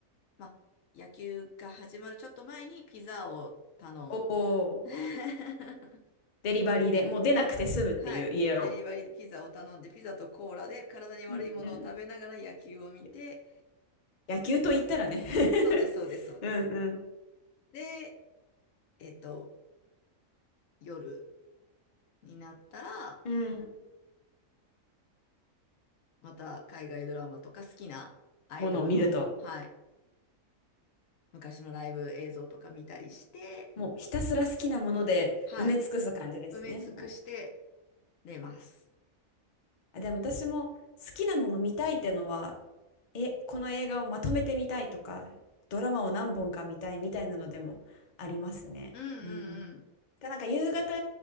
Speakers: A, on the left; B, on the left.
A: まあ、野球が始まるちょっと前にピザを頼む。
B: おお、
A: <laughs>
B: デリバリーでもう出なくて済むっていう家を。
A: はい。デリバリーでピザを頼んで、ピザとコーラで体に悪いものを食べながら野球を見て、
B: うんうん。や野球と言ったらね
A: そうです、そうです、
B: <laughs>
A: そうです。
B: うんうん。
A: で、えっと、夜。になったら、
B: うん。
A: また海外ドラマとか好きなアイドルの、
B: ものを見ると。
A: はい、昔のライブ映像とか見たりして、
B: もうひたすら好きなもので埋め尽くす感じですね。
A: はい、埋め尽くして
B: も
A: 寝ます。
B: う。あ、でも私も好きなもの見たいってのは、え、この映画をまとめてみたいとか、ドラマを何本か見たいみたいなのでもありますね。
A: うんうんうん。
B: うん。がなんか夕方